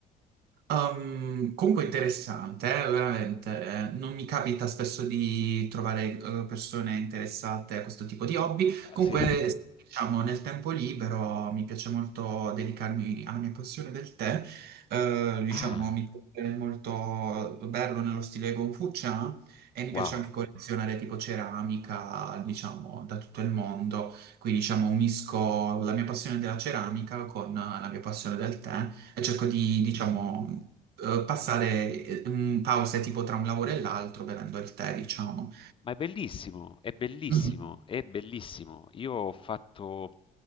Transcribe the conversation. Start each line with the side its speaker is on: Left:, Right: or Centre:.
Right: Ehm, comunque interessante, eh, veramente. eh, Non mi capita spesso di trovare eh, persone interessate a questo tipo di hobby.
Left: Ah,
Right: Comunque,
Left: Sì.
Right: diciamo, nel tempo libero mi piace molto dedicarmi alla mia passione del tè. Eh, diciamo,
Left: Ah,
Right: mi piace molto berlo nello stile Confucian e mi
Left: wow.
Right: piace anche collezionare tipo ceramica, diciamo, da tutto il mondo. Qui, diciamo, unisco la mia passione della ceramica con la mia passione del tè e cerco di, diciamo, eh, passare eh, mm, pause tipo tra un lavoro e l'altro bevendo il tè, diciamo.
Left: Ma è bellissimo, è bellissimo,
Right: Mhm.
Left: è bellissimo. Io ho fatto,